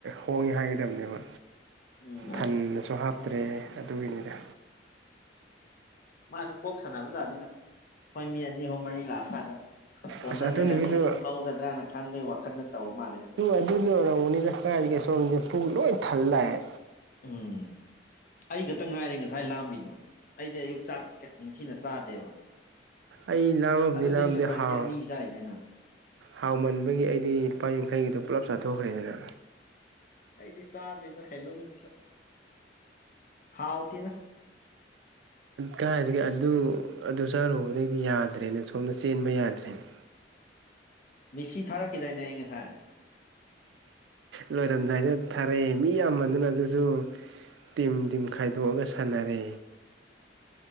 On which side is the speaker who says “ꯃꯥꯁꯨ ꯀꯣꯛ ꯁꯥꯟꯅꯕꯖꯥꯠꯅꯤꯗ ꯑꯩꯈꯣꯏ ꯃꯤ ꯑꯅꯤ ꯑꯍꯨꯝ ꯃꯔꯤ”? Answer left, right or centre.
Left